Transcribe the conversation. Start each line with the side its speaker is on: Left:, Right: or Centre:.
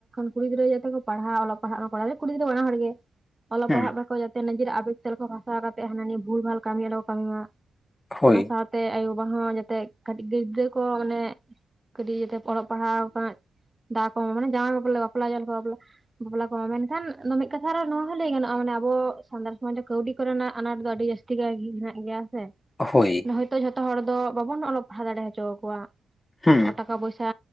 Right: ᱠᱩᱲᱤ ᱜᱤᱫᱽᱨᱟᱹ ᱡᱟᱛᱮ ᱠᱚ ᱯᱟᱲᱦᱟᱜ ᱚᱞᱚᱜ ᱯᱟᱲᱦᱟᱜ ᱠᱚᱲᱟ ᱠᱩᱲᱤ ᱜᱤᱫᱽᱨᱟᱹ ᱵᱟᱱᱟ ᱦᱚᱲ ᱜᱮ᱾ ᱚᱞᱚᱜ
Left: ᱦᱮᱸ
Right: ᱯᱟᱲᱦᱟᱜ ᱢᱟᱠᱚ ᱡᱟᱛᱮ ᱱᱤᱡᱮᱨᱟᱜ ᱟᱵᱮᱜ ᱛᱮ ᱵᱷᱟᱥᱟᱣ ᱠᱟᱛᱮᱫ ᱦᱟᱱᱟ ᱱᱟᱣᱭᱟ ᱵᱷᱩᱞ ᱵᱷᱟᱞ ᱠᱟᱹᱢᱤ ᱟᱞᱚᱢ ᱠᱚ ᱠᱟᱹᱢᱤ ᱢᱟ᱾
Left: ᱦᱳᱭ
Right: ᱚᱱᱟ ᱥᱟᱶᱛᱮ ᱟᱭᱳ ᱵᱟᱵᱟ ᱦᱚᱸ ᱡᱟᱛᱮ ᱠᱟᱹᱴᱤᱡ ᱜᱤᱫᱽᱨᱟᱹ ᱠᱚ ᱢᱟᱱᱮᱼᱼ ᱠᱟᱹᱴᱤᱡ ᱤᱭᱟᱹᱛᱮ ᱚᱞᱚᱜ ᱯᱟᱲᱦᱟᱣ ᱫᱟᱣ ᱠᱚ ᱢᱟᱱᱮ ᱡᱟᱶᱟᱭ ᱵᱟᱯᱞᱟ ᱵᱟᱯᱞᱟᱼᱼ ᱵᱟᱯᱞᱟ ᱠᱚᱢᱟ ᱢᱮᱱᱠᱷᱟᱱ ᱫᱚ ᱢᱤᱫ ᱠᱟᱛᱷᱟ ᱟᱨ ᱱᱚᱣᱟ ᱦᱚᱸ ᱞᱟᱹᱭ ᱜᱟᱱᱚᱜᱼᱟ ᱢᱟᱱᱮ ᱟᱵᱚ ᱥᱟᱱᱛᱟᱲ ᱥᱚᱢᱟᱡᱽ ᱨᱮ ᱠᱟᱹᱣᱰᱤ ᱠᱚᱨᱮᱱᱟᱜ ᱟᱱᱟᱴ ᱫᱚ ᱟᱹᱰᱤ ᱡᱟᱹᱥᱛᱤᱼᱼ ᱡᱟᱹᱥᱛᱤ ᱠᱟᱭ ᱜᱮ ᱦᱮᱱᱟᱜ ᱜᱮᱭᱟ ᱥᱮ᱾
Left: ᱦᱳᱭ᱾
Right: ᱛᱚ ᱡᱷᱚᱛᱚ ᱦᱚᱲ ᱫᱚ ᱵᱟᱵᱚᱱ ᱚᱞᱚᱜ ᱯᱟᱲᱦᱟᱣ ᱫᱟᱲᱮ ᱦᱚᱪᱚ ᱟᱠᱚᱣᱟ᱾
Left: ᱦᱩᱸ
Right: ᱴᱟᱠᱟ ᱯᱚᱭᱥᱟ